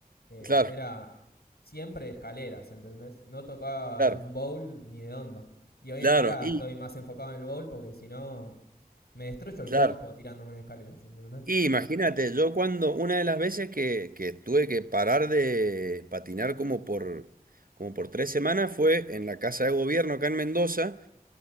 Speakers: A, on the left; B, on the right.
A: eh,
B: claro,
A: era siempre escaleras, ¿entendés? No tocaba
B: claro,
A: un bowl ni de onda. Y hoy
B: claro.
A: en día
B: Y,
A: estoy más enfocado en el bowl porque si no me destrozo el
B: claro.
A: cuerpo tirándome de escaleras, ¿entendés?
B: Y imagínate, yo cuando una de las veces que, que tuve que parar de patinar como por, como por tres semanas fue en la Casa de Gobierno acá en Mendoza.